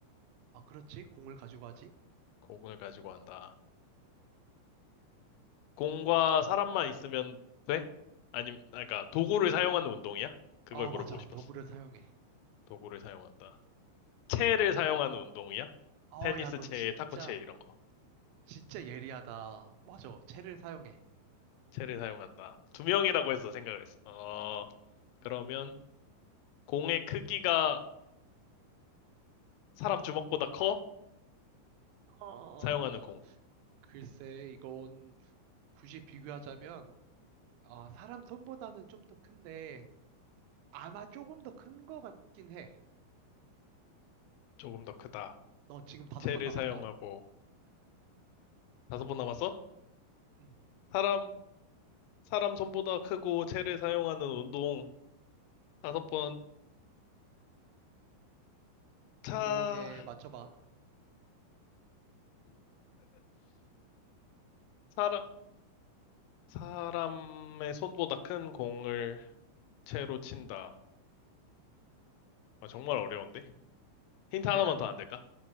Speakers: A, on the right; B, on the left.
A: 아, 그렇지. 공을 가지고 하지.
B: 공을 가지고 한다. 공과 사람만 있으면 돼? 아니면, 아, 그러니까 도구를 사용하는 운동이야? 그걸
A: 아,
B: 물어보고
A: 맞아.
B: 싶었어.
A: 도구를 사용해.
B: 도구를 사용한다. 채를 사용하는 운동이야?
A: 어
B: 테니스
A: 야, 너
B: 채,
A: 진짜,
B: 탁구 채 이런 거.
A: 진짜 예리하다. 맞아. 채를 사용해.
B: 채를 사용한다. 두 명이라고 해서 생각을 했어. 어, 그러면 공의 크기가 사람 주먹보다 커?
A: 어,
B: 사용하는 공.
A: 글쎄, 이건 굳이 비교하자면, 아, 사람 손보다는 좀 더 큰데, 아마 조금 더 큰 거 같긴 해.
B: 조금 더 크다.
A: 너 지금 다섯
B: 채를
A: 번 남았다.
B: 사용하고 다섯 번 남았어?
A: 응.
B: 사람, 사람 손보다 크고 채를 사용하는 운동. 다섯 번. 차,
A: 뭐게, 맞춰봐.
B: 사람, 사람의 손보다 큰 공을 채로 친다. 아, 정말 어려운데? 힌트 하나만
A: 내가
B: 더 안 될까?